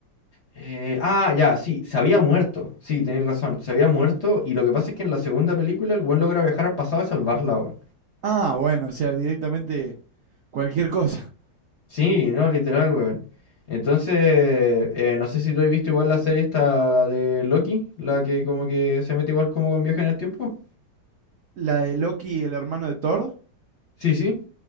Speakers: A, on the left; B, on the right.
A: Eh, ah, ya, sí, se había muerto, sí, tenéis razón, se había muerto y lo que pasa es que en la segunda película el buen logra viajar al pasado y salvarla, weón.
B: Ah, bueno, o sea, directamente cualquier cosa.
A: Sí, no, literal, weón. Entonces, eh, no sé si tú has visto igual la serie esta de Loki, la que como que se mete igual como con viaje en el tiempo.
B: <laughs> ¿La de Loki, el hermano de Thor?
A: Sí, sí.